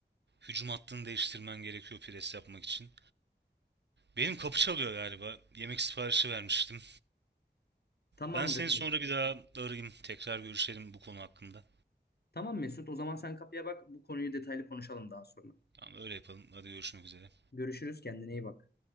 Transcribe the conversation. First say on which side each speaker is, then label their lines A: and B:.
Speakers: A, on the right; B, on the left.
A: Hücum hattını değiştirmen gerekiyor pres yapmak için. Benim kapı çalıyor galiba. Yemek siparişi vermiştim.
B: Tamamdır.
A: Ben seni sonra bir daha arayayım. Tekrar görüşelim bu konu hakkında.
B: Tamam Mesut, o zaman sen kapıya bak. Bu konuyu detaylı konuşalım daha sonra.
A: Tamam öyle yapalım. Hadi görüşmek üzere.
B: Görüşürüz, kendine iyi bak.